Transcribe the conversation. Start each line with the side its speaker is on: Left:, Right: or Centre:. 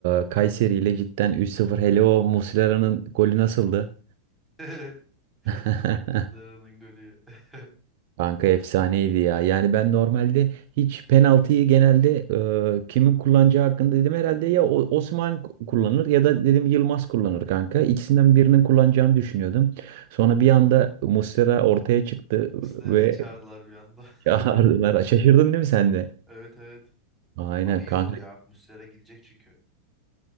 Right: E, Kayseri ile cidden 3-0 hele o Muslera'nın golü nasıldı?
Centre: <laughs>
Right: <laughs>
Centre: Muslera'nın golü. <laughs>
Right: Kanka efsaneydi ya. Yani ben normalde hiç penaltıyı genelde e, kimin kullanacağı hakkında dedim herhalde ya O- Osman k- kullanır ya da dedim Yılmaz kullanır kanka. İkisinden birinin kullanacağını düşünüyordum. Sonra bir anda Muslera ortaya çıktı
Centre: Muslera'yı
Right: ve
Centre: çağırdılar bir anda.
Right: <laughs> çağırdılar.
Centre: <laughs>
Right: Şaşırdın değil mi sen de?
Centre: Evet evet.
Right: Aynen
Centre: Ama iyi
Right: kanka.
Centre: oldu ya. Muslera gidecek çünkü.